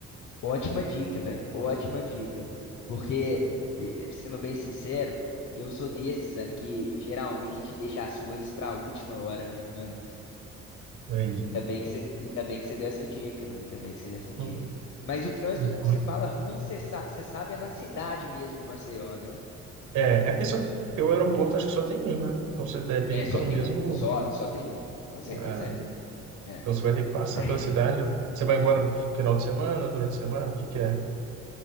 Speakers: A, on the left; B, on the right.
A: Ótima dica, velho. Ótima dica. Porque, eh, sendo bem sincero, eu sou desses, velho, que geralmente deixa as coisas pra última hora mesmo, mano.
B: Aí,
A: Ainda bem que você, ainda bem que você deu essa dica, velho. Ainda bem que você deu essa dica.
B: Não,
A: Mas o trânsito
B: não pode.
A: que você fala ruim, você, sa- você sabe, é na cidade mesmo de Maceió, né?
B: É, a questão é que o aeroporto acho que só tem um, né? Então você deve
A: É,
B: ir
A: só
B: pelo
A: tem
B: mesmo.
A: um. Só, só tem um. Com certeza
B: ah,
A: é. É.
B: então você vai ter que passar
A: Na re-
B: pela cidade. Você vai embora no final de semana, durante a semana, o que que é?